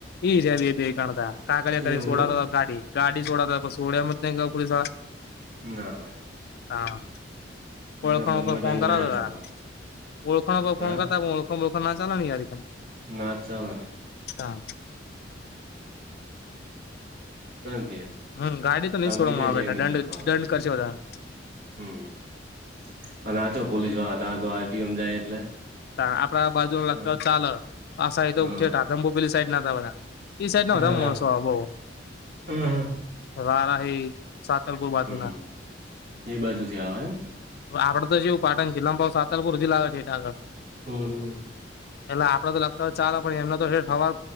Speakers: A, on the left; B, on the right.
A: ઈજે બે બે કણતા કાગળ કરી
B: એવું
A: સોડા
B: એમ
A: ગાડી. ગાડી સોડાતા હતા સોળ્યા <unintelligible> પોલીસવડા.
B: ના. હોય
A: હા.
B: બરાબર
A: ઓળખણ
B: બંને
A: પર ફોન
B: દંડ
A: કરાતા
B: લે
A: હતા
B: તો તો
A: ઓળખણ પર ફોન
B: હા
A: કરતા ઓળખ ઓળખાણ ના ચાલે યાર
B: ના જ ચાલે
A: હા
B: એ <unintelligible>
A: હમ ગાડી તો નહી
B: કાલ
A: છોડવામાં
B: બીજા જને
A: બેઠા દંડ
B: શીખવાના
A: દંડ કરશે વધારે
B: હમ અને આચો પોલીસ વાળા આતો આરટીમ જાય એટલે
A: આપણા બાજુને લાગતો
B: હા
A: ચાલ એ તો
B: હા
A: ઉછાદંભોપલી સાઈડ ના હતા બધ એઈ સાઈડ ના
B: હા
A: બધા
B: હા
A: માણસો આવ બઉ
B: હા
A: વારાહી સાતલપુર બાજુના
B: હમ એ બાજુ થી આવે એમ
A: આપડ તો જવું પાટણ છે લમ બઉ સાલપુરથી લાગત આગળ
B: હમ હમ
A: એટલે આપડે તો લગતા હોય ચાલલે પણ એમને તો સવાર